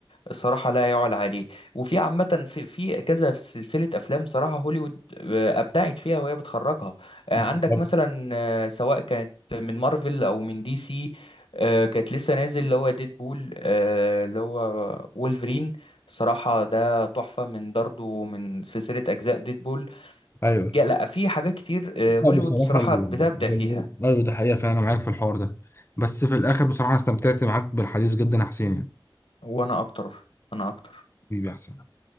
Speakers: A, on the left; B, on the left.
A: الصراحة لا يعلى عليه وفي عامة في في كذا سلسلة أفلام صراحة هوليوود آه، أبدعت فيها وهي بتخرجها آه،
B: بالظبط
A: عندك مثلا آه، سواء كانت من مارفل أو من دي سي آه، كانت لسه نازل اللي هو ديد بول اللي هو وولفرين الصراحة ده تحفة من برضه من سلسلة أجزاء ديد بول.
B: ايوه
A: جا- لا في حاجات كتير آه، هوليوود
B: لا بصراحة
A: صراحة
B: ال-
A: بتبدع فيها
B: ال- أيوة ده حقيقة فعلا أنا معاك في الحوار ده بس في الآخر بصراحة أنا استمتعت معاك بالحديث جدا يا حسين يعني
A: وانا اكتر انا اكتر
B: حبيبي يا حسين